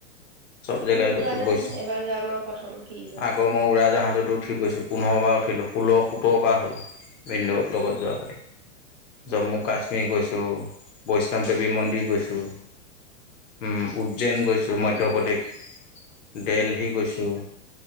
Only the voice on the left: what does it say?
চব জেগা
চব
গৈছো,
আগৰ মই উৰা জাহাজতো
উঠি গৈছোঁ। পোন্ধৰবাৰ উঠিলোঁ, ষোল্ল সোতৰবাৰ হ'ল ভিনদেউ লগত
যোৱাৰ উঠি। জম্মু
কাশ্মীৰ গৈছোঁ, বৈষ্ণৱ দেৱী মন্দিৰ গৈছোঁ। উম, উজ্জৈন গৈছোঁ মধ্য প্ৰদেশ, দেলহি
গৈছোঁ।